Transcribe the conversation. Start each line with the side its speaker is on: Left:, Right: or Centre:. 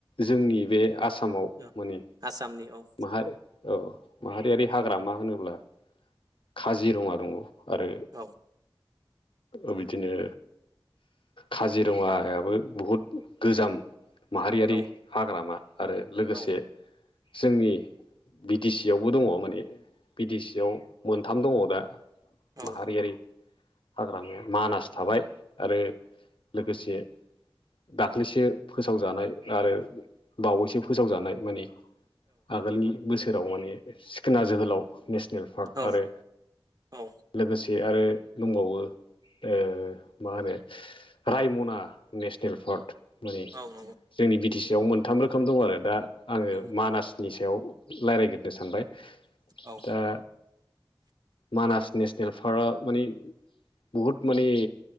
Left: जोंनि बे आसामाव
Right: औ
Left: माने
Right: आसामनि औ।
Left: माहा औ माहारियारि हाग्रामा होनोब्ला काजिरङा दङ। आरो
Right: औ।
Left: ओ बिदिनो काजिरङायाबो बहुत गोजाम माहारियारि
Right: औ
Left: हाग्रामा आरो लोगोसे
Right: औ
Left: जोंनि बि दि सि आवबो दङ माने बि दि सि आव मोनथाम दङ दा
Right: औ
Left: माहारियारि हाग्रामाया मानास थाबाय आरो लोगोसे दाख्लैसो फोसावजानाय आरो बावैसो फोसावजानाय माने आगोलनि बोसोराव माने सिखोना जोहोलाव नेसनेल पार्क
Right: औ
Left: आरो
Right: औ
Left: लोगोसे आरो दंबावो ओ मा होनो रायमना नेसनेल पार्क माने
Right: औ नंगौ
Left: जोंनि बि टि सि आव मोनथाम रोखोम दं आरो दा आङो
Right: औ
Left: मानास नि सायाव रायज्लायग्रनो सानबाय
Right: औ
Left: दा मानास नेसनेल पारआ मानि बहुद माने